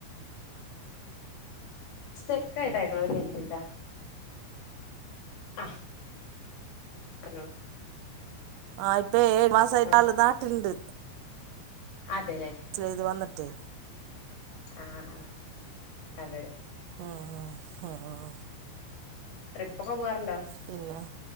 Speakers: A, on the left; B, on the right.
A: സ്റ്റക്കായിയിട്ട് കേക്കണേ ഒരു മിനിട്ട് കേട്ട ആഹ് പറഞ്ഞോളൂ
B: ആ ഇപ്പ ഏഴ് മാസമായിട്ട്
A: അവിടെ
B: ആള് നാട്ടില്ണ്ട്
A: അതെല്ലേ
B: ഇത് വന്നിട്ട്
A: ആഹ് ആഹ് അതെ
B: ആഹ് ആഹ്
A: ട്രിപ്പൊക്കെ പോവാറുണ്ടോ
B: പിന്നെ